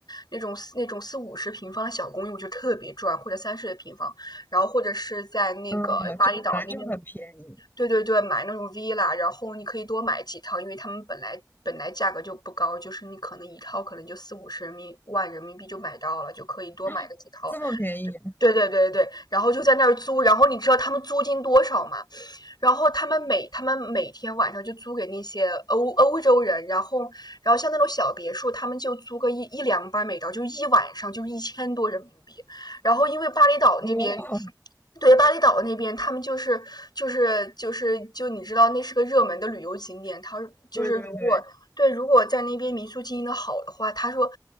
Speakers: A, on the left; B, on the left.
A: 那种那种四五十平方的小公寓，我就特别赚，或者三十的平方。然后或者是在那个巴厘岛那边
B: 嗯，就本来就很便宜，
A: 对对对，买那种 villa，然后你可以多买几套，因为他们本来本来价格就不高，就是你可能一套可能就四五十人民万人民币就买到了，就可以多买个几套。
B: <gasps> 这么便宜，
A: 对对对对，然后就在那儿租，然后你知道他们租金多少吗？然后他们每他们每天晚上就租给那些欧欧洲人，然后然后像那种小别墅，他们就租个一一两百美刀，就一晚上就一千多人民币。然后因为巴厘岛那边
B: 哇，
A: 对，巴厘岛那边，他们就是就是就是就你知道，那是个热门的旅游景点。他就是如果对，
B: 对对对，
A: 如果在那边民宿经营的好的话，他说，